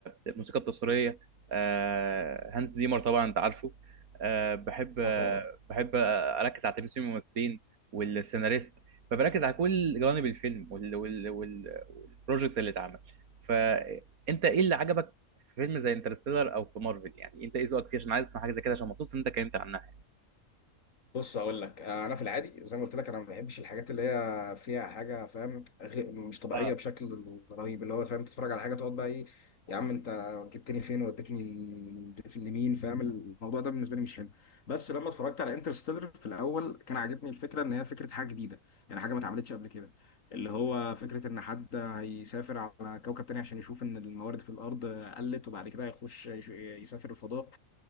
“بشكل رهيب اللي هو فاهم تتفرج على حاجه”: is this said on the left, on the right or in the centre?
Left